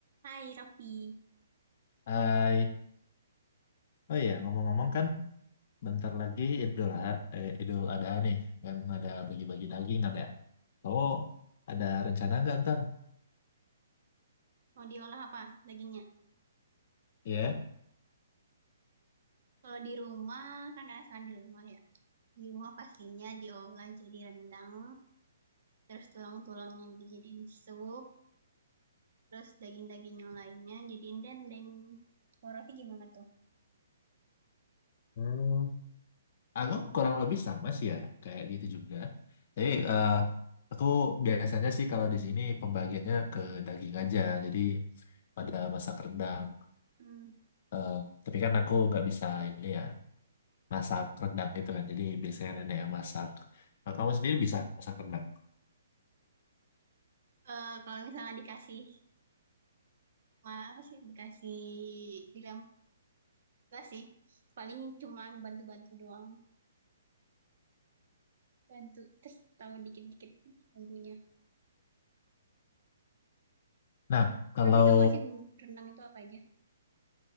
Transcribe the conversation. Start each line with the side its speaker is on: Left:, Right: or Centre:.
Right: Hai Raffi,
Left: Hai, oh iya ngomong-ngomong kan bentar lagi Idul Ha- eh, Idul Adha nih kan ada bagi-bagi daging kan ya. Kamu ada rencana nggak ntar?
Right: mau diolah apa dagingnya?
Left: Iya,
Right: Kalau di rumah, kan karena sekarang di rumah ya. Di rumah pastinya diolah jadi rendang, terus tulang-tulangnya dijadiin sup, terus daging-daging yang lainnya jadiin dendeng. Kalau Raffi gimana tuh?
Left: Hmm, aku kurang lebih sama sih ya kayak gitu juga. Tapi eh, aku biasanya sih kalau di sini pembagiannya ke daging aja. Jadi pada masak rendang.
Right: Hmm.
Left: Eh, tapi kan aku nggak bisa ini ya masak rendang gitu kan. Jadi biasanya nenek yang masak. Nah, kamu sendiri bisa masak rendang.
Right: Eh, kalau misalnya dikasih, ma- apa sih, dikasih bilang, enggak sih, paling cuma bantu-bantu doang. Bantu, terus tahu dikit-dikit bumbunya.
Left: Nah, kalau
Right: Tapi tahu nggak sih bumbu rendang itu apa aja?